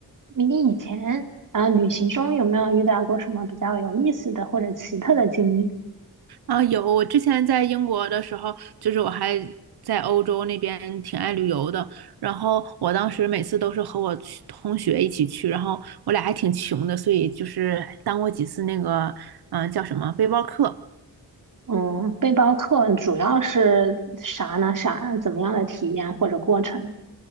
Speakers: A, on the right; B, on the right.
A: 迷你以前啊，旅行中有没有遇到过什么比较有意思的或者奇特的经历？
B: 啊，有，我之前在英国的时候，就是我还在欧洲那边挺爱旅游的。然后我当时每次都是和我去同学一起去，然后我俩还挺穷的，所以就是当过几次那个，嗯、叫什么背包客。
A: 嗯，背包客主要是啥呢？啥怎么样的体验或者过程呢？